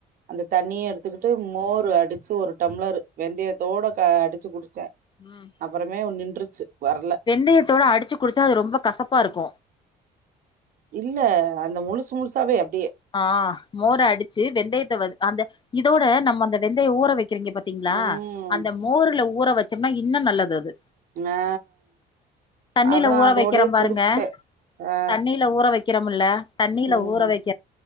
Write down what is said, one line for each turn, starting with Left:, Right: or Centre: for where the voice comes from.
Right: அந்த தண்ணிய எடுத்துக்கிட்டு மோர் அடிச்சி ஒரு டம்ளர் வெந்தயத்தோட க அடிச்சி குடிச்ச
Left: ம்
Right: அப்பறமே நின்றுச்சு வர்ல
Left: வெந்தயத்தோட அடிச்சு குடிச்சா அது ரொம்ப கசப்பாருக்கு
Right: இல்ல அந்த முழுசு முழுசாவே அப்டியே
Left: ஆ மோர அடிச்சு வெந்தயத்த வந் அந்த இதோட நம்ம அந்த வெந்தய ஊற வை இருக்கி பாத்தீங்களா
Right: ம்
Left: அந்த மோர்ல ஊற வச்சம்னா இன்னு நல்லது அது
Right: ஆ
Left: தண்ணில
Right: அதா
Left: ஊற
Right: அதோடயே
Left: வைக்கிற பாருங்க
Right: குடிச்சுட்டே ஆ
Left: தண்ணில ஊற வைக் க்கிறம்ல தண்ணில
Right: ம்
Left: ஊற வைக்